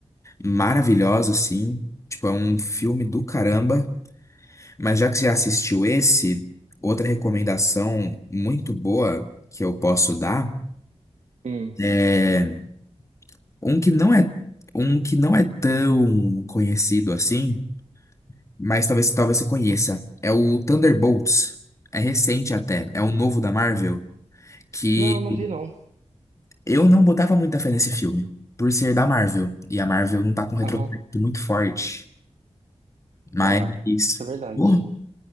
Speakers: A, on the left; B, on the right.
A: maravilhosa, assim. Tipo, é um filme do caramba. Mas já que você já assistiu esse, outra recomendação muito boa que eu posso dar
B: Hum.
A: é um que não é um que não é tão conhecido assim, mas talvez talvez você conheça. É o Thunderbolts. É recente até, é um novo da Marvel que
B: Não, não vi, não.
A: Eu não botava muita fé nesse filme, por ser da Marvel. E a Marvel não tá com um retrospecto
B: Aham.
A: muito forte. Mas,
B: É, isso é verdade.
A: pô,